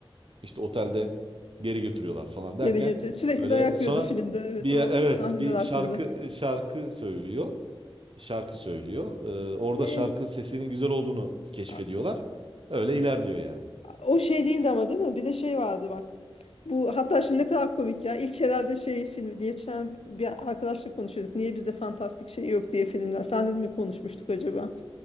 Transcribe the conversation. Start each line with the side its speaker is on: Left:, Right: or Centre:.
Right: İşte otelde geri götürüyorlar falan derken
Left: Yedi götü. Sürekli
Right: böyle
Left: dayak
Right: sonra
Left: yiyordu filmde. Evet
Right: bir yer-
Left: o
Right: evet
Left: sahneler
Right: bir
Left: aklımda.
Right: şarkı şarkı söylüyor şarkı söylüyor. Ee, orada
Left: Ve
Right: şarkı
Left: ün-
Right: sesinin güzel olduğunu keşfediyorlar.
Left: a-
Right: Öyle ilerliyor yani.
Left: a- o şey değildi ama değil mi? Bir de şey vardı bak. Bu hatta şimdi ne kadar komik ya. İlk herhalde şey filmi diye geçen bir arkadaşla konuşuyorduk. Niye bizde fantastik şey yok diye filmler. Sen de mi konuşmuştuk acaba?